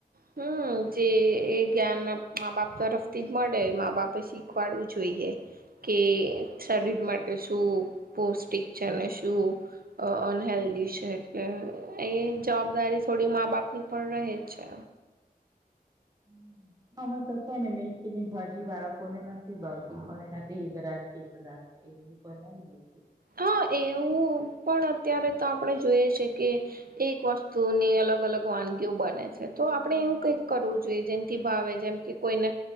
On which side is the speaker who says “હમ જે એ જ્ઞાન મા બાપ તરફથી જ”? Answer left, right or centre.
Right